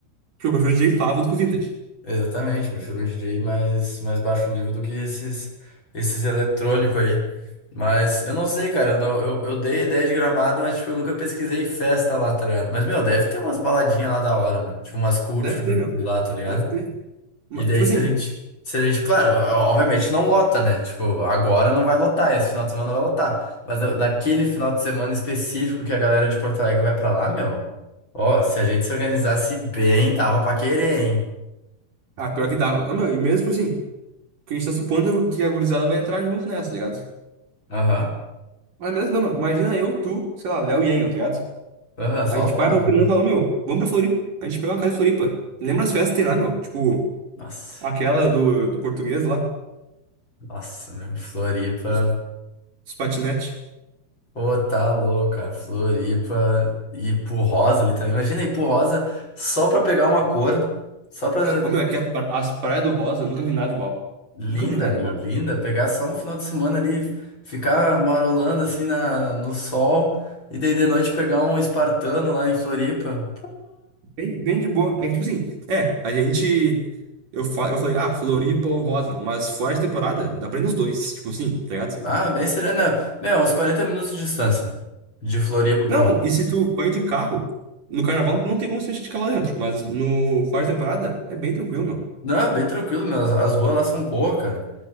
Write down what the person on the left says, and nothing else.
Exatamente, prefiro um DJ mais, mais baixo nível do que esses esses eletrônicos aí. Mas eu não sei, cara, eu, dou- eu, eu dei ideia de Gramado, mas tipo, eu nunca pesquisei festa lá, tá ligado? Mas, meu, deve ter umas baladinhas lá da hora, meu. Tipo, umas culture
de lá, tá ligado?
E daí
se a gente, se a gente, claro, ó- obviamente não lota, né? Tipo, agora não vai lotar, esse final de semana vai lotar. Mas na- naquele final de semana específico que a galera de Porto Alegre vai pra lá, meu, ó, se a gente se organizasse bem, dava pra querer, hein?
Aham,
aham, só
os
quatro.
Nossa,
nossa, meu, Floripa.
Pô, tá louco, cara. Floripa e Rosa ali também. Imagina ir pro Rosa só pra pegar uma cor, só pra.
Linda,
meu,
linda. Pegar só um final de semana ali, ficar marolando assim na, no sol, e daí de noite pegar um espartano lá em Floripa.
Ah, bem serena. Meu, uns 40 minutos de distância. De Floripa pro
Rock.
Não, bem tranquilo, meu. As, as ruas lá são boas, cara.